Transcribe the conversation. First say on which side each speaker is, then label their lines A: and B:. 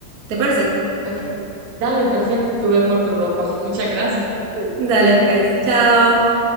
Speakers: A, on the right; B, on the right.
A: ¿Te parece?
B: Ok, dale, perfecto, tú ve por tu ropa. Muchas gracias.
A: Dale pues, chao.